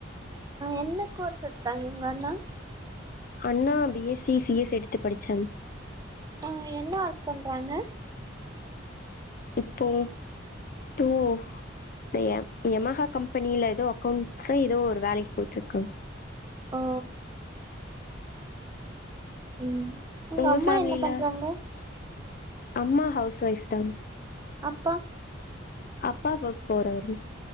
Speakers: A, on the right; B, on the left.
A: என்ன கோர்ஸ் எட்தாங்க உங்க அண்ணா
B: அண்ணா B S C C S எடுத்து படிச்சாங்
A: ஆ என்ன ஒர்க் பண்றாங்க
B: இப்போ தூ இந்த யம யமாஹா கம்பெனில ஏதோ அக்கௌண்ட்ஸ் ஏதோ ஒரு வேலைக்கு போய்ட்ருக்காங்
A: ஓ ம்
B: உங்க
A: அம்மா
B: பேமிலில
A: என்ன பண்றாங்க
B: அம்மா ஹவுஸ் ஒய்ப் தா
A: அப்பா
B: அப்பா வர்க் போறாரு